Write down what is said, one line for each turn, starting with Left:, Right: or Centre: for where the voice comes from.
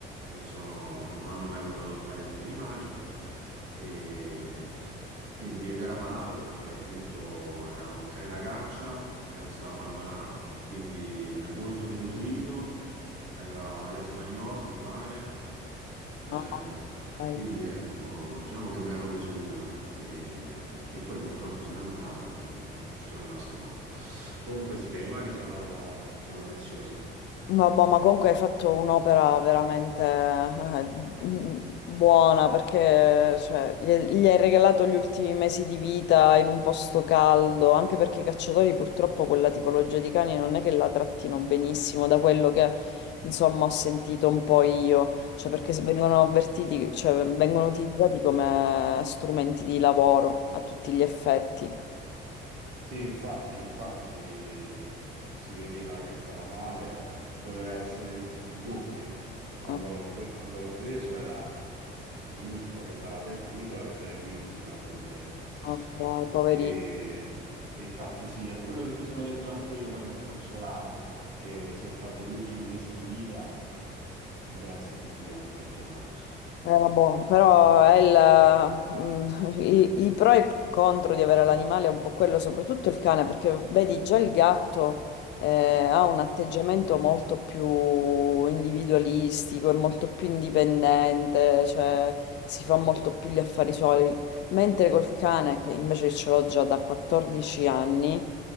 Right: non sono- non hanno mai voluto adottare degli animali. E quindi, ed era malato perché appunto era un cane da caccia, ma era stato abbandonato, quindi era molto denutrito, aveva la lesmaniosi, mi pare. Eh,
Left: Ah, ok.
Right: quindi ecco, diciamo che me l'ero preso cura e, e poi purtroppo se n'è andato e ci sono rimasto male. Comunque sì, gli animali sono, sono preziosi.
Left: Vabbè, ma comunque hai fatto un'opera veramente eh, mm, buona perché cioè, gli, gli hai regalato gli ultimi mesi di vita in un posto caldo, anche perché i cacciatori purtroppo quella tipologia di cani non è che la trattino benissimo, da quello che insomma ho sentito un po' io, cioè perché se vengono avvertiti, cioè vengono utilizzati come strumenti di lavoro a tutti gli effetti.
Right: Sì, infatti, infatti si vedeva che stava male, era- doveva essere il doppio. Quando
Left: Ah,
Right: l'ho pre- quando l'ho preso era minuscolo, pesava 7 kg, doveva pesare 15, una cosa del genere.
Left: ok, poverino.
Right: E, e infatti sì, è quello che mi sono detto anche io poi per consolarmi, che si è fatto gli ultimi mesi di vita in grazia di Dio, mettiamola così.
Left: Era buono, però è il- mm, <laughs> i, i pro e i contro di avere l'animale è un po' quello, soprattutto il cane, perché vedi già il gatto eh, ha un atteggiamento molto più individualistico, è molto più indipendente, cioè si fa molto più gli affari suoi, mentre col cane, che invece ce l'ho già da 14 anni,